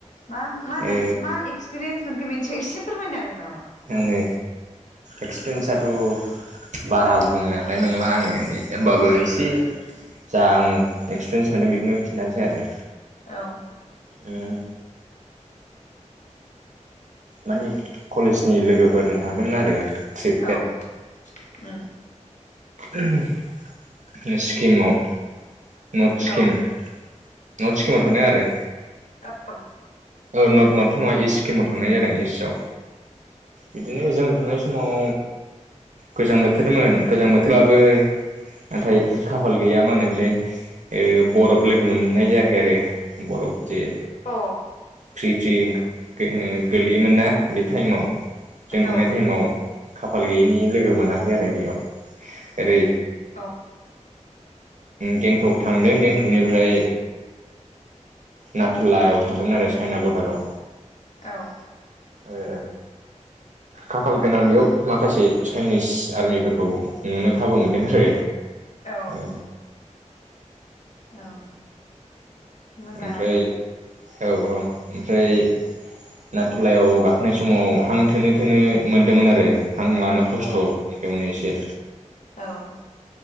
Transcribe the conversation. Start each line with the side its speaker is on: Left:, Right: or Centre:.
Left: मा मा होनो
Right: ओ
Left: मा एक्स पिरेन्स मोनखो बेनि सायाव एसे फोरमायनो हागोन नामा?
Right: आङो एक्सपिरियेन्सथ' बारा बुंनो हानाय नंला आङो होमबाबो एसे जा आं एक्सपिरियेन्स मोनदों बेखौनो खिन्थानोसै आरो।
Left: औ।
Right: उम मानि कलेजनि लोगोफोरजों थांदोंमोन आरो ट्रिप
Left: औ उम।
Right: उम सिक्किमाव नर्थ
Left: औ
Right: सिक्किम। नड सिक्किमाव थांदों आरो।
Left: औ।
Right: ओ नड नड नङा इस्ट सिक्किमाव थांनाय जादों इस्टआव बिदिनो जों थांनाय समाव गोजां बोथोरमोन गोजां बोथोराबो नाथाय खाफाल गैया ओ मा होनोमोनलाय बरफ लोगोमोन्नाय जायाखै आरो लोगो मोननाय ज बरफ जे
Left: अ।
Right: फ्रि फ्रि <unintelligible> गो लैयोमोन ना बे टाइमाव। जों
Left: अ औ
Right: थांनाय टाइमाव खाफाल गैयैनि लोगो मोनाखै आरो बेयाव ओरै
Left: औ।
Right: गेंटक थांदों गेंटकनिफ्राय नाथुल्लायाव थांदोंमोन आरो चाइना बरदाराव।
Left: औ
Right: ओ खाफाल गोनां बेयाव माखासे चाइनिस आर्मिफोरखौ नुनो खाबु मोनदों आरो
Left: औ
Right: ओ
Left: औ। मोजाङानो
Right: ओमफ्राय औ औ ओमफ्राय नाथुलायाव गाखोनाय समाव हां थोनो थोनो मोनदोंमोन आरो हां लानो खस्थ'
Left: औ
Right: मोनदोंमोन एसे।
Left: औ।